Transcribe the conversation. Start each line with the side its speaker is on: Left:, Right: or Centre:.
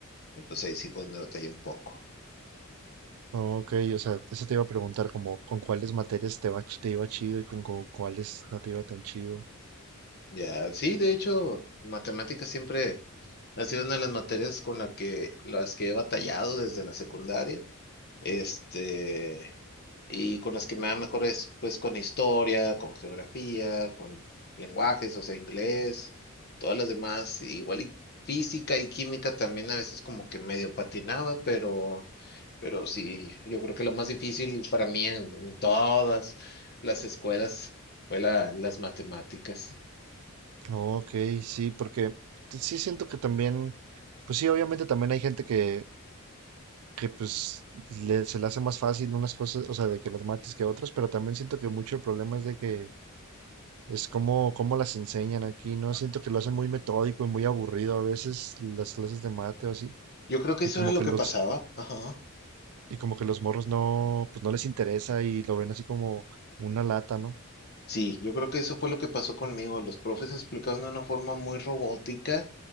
Left: Y pues ahí sí pues me batallé un poco.
Right: Ah, Ok, o sea, eso te iba a preguntar, como con cuáles materias te va, ch- te iba chido y con, con cuáles no te iba tan chido.
Left: Ya, sí, de hecho, matemáticas siempre ha sido una de las materias con la que, las que he batallado desde la secundaria. Este... y con las que me va mejor es pues con historia, con geografía, con lenguajes, o sea, inglés, todas las demás, igual y física y química también a veces como que medio patinaba, pero, pero sí, yo creo que lo más difícil para mí en, en todas las escuelas fue la, las matemáticas.
Right: Ok, sí, porque t- sí siento que también, pues sí, obviamente también hay gente que, que pues le- se le hace más fácil unas cosas, o sea, de que las mates que otras, pero también siento que mucho el problema es de que es como, cómo las enseñan aquí, ¿no? Siento que lo hacen muy metódico y muy aburrido a veces las clases de mate o así,
Left: Yo creo que
Right: y
Left: eso
Right: como
Left: era lo
Right: que
Left: que
Right: los,
Left: pasaba, ajá.
Right: y como que los morros no, pues no les interesa y lo ven así como una lata, ¿no?
Left: Sí, yo creo que eso fue lo que pasó conmigo. Los profes explicaron de una forma muy robótica